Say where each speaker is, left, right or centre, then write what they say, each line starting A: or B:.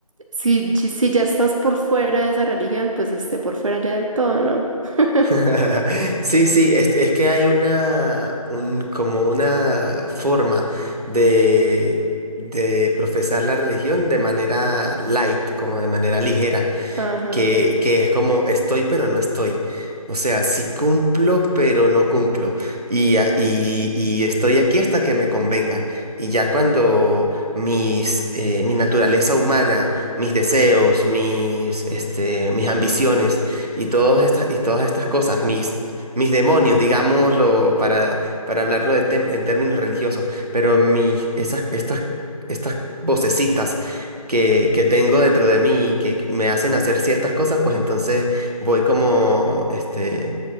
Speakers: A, on the right; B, on the right.
A: si, si ya estás por fuera de esa religión, pues esté por fuera ya del todo, ¿no? <laughs>
B: <laughs> Sí, sí, es, es que hay una, un- como una forma de, de profesar la religión de manera light, como de manera ligera
A: Ajá.
B: que, que es como estoy pero no estoy. O sea, sí cumplo pero no cumplo. Y, a- y, y estoy aquí hasta que me convenga. Y ya cuando mis, eh, mi naturaleza humana, mis deseos, mis, este, mis ambiciones y, todas estas, y todas estas cosas, mis, mis demonios, digámoslo, para, para hablarlo de tem- en términos religiosos, pero mis, esas, estas, estas vocecitas que, que tengo dentro de mí y que me hacen hacer ciertas cosas, pues entonces voy como, este,